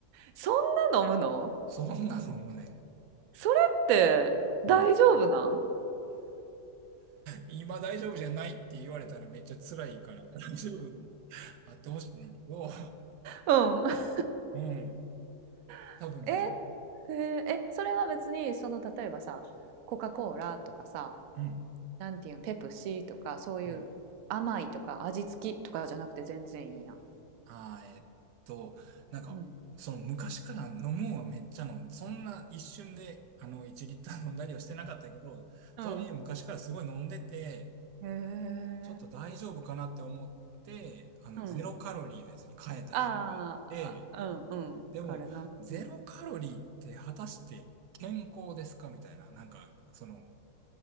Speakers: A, on the right (about 65°); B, on the right (about 85°).
A: そんな飲むの？
B: そんなのもね、
A: それって大丈夫なん？
B: うん今大丈夫じゃないって言われたらめっちゃ辛いから、<laughs> 大丈夫であってほしいねんだけど、
A: うん。
B: うん、
A: <laughs>
B: 多分大丈夫。
A: えへえ、え、それは別にその例えばさ、コカ・コーラとかさ、
B: うん、
A: なんていうの、ペプシとかそういう甘いとか味付きとかじゃなくて全然いいやん。
B: うん。ああ、えーっと、なんか、
A: うん。
B: その昔から飲むんはめっちゃ飲ん、そんな一瞬で、あの、1リッター飲んだりはしてなかったけど、
A: うん。
B: とはいえ昔からすごい飲んでて、
A: へえ、
B: ちょっと大丈夫かなって思って、あの、
A: うん。
B: ゼロカロリーのやつに変えた時期があって、
A: あーあ、あうん、うん、
B: でも、
A: あるな。
B: ゼロカロリーって果たして健康ですかみたいな、
A: うん。
B: なんか、その、